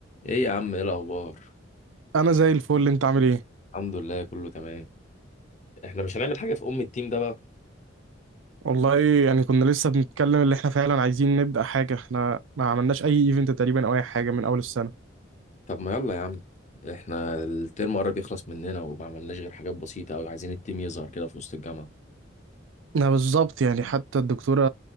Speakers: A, on the left; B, on the right.
A: ايه يا عم ايه الاخبار
B: انا زي الفل انت عامل ايه
A: الحمد لله كله تمام احنا مش هنعمل حاجه في ام التيم ده بقى
B: والله يعني كنا لسه بنتكلم اللي احنا فعلا عايزين نبدا حاجه احنا ما عملناش اي ايفنت تقريبا او اي حاجه من اول السنه
A: طب ما يلا يا عم احنا الترم قرب يخلص مننا وما عملناش غير حاجات بسيطه قوي عايزين التيم يظهر كده في وسط الجامعه
B: انا بالظبط يعني حتى الدكتوره